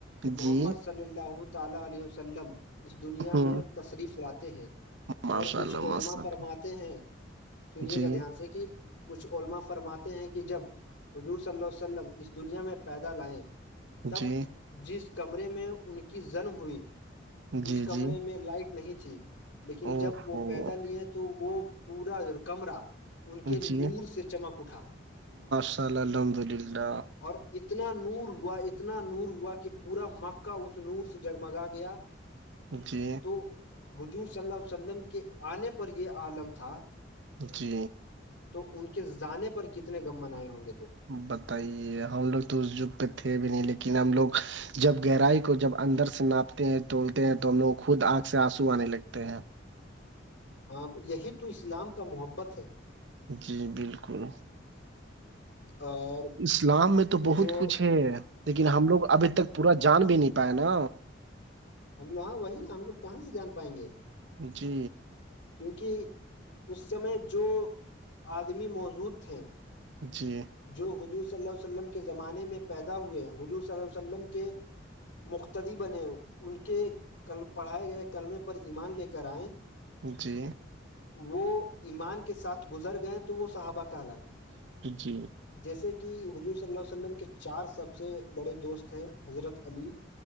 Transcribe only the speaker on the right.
جی
ہ
ماشاء
اللہ ماشاء
اللہ
جی
جی
جی
جی
او
ہو
جی
<unintelligible>
جی
جی
بتائیے ہم لوگ تو اس جگ پہ تھے بھی نہیں لیکن ہم لوگ جب گہرائی کو جب اندر سے ناپ بولتے ہیں تولتے ہیں تو ہم لوگ خود آنکھ سے آنسو آنے لگتے ہیں
جی بالکل
اسلام میں تو بہت
کچھ ہے لیکن ہم لوگ ابھی تک پورا جان بھی نہیں پائے نا
جی
جی
جی
جی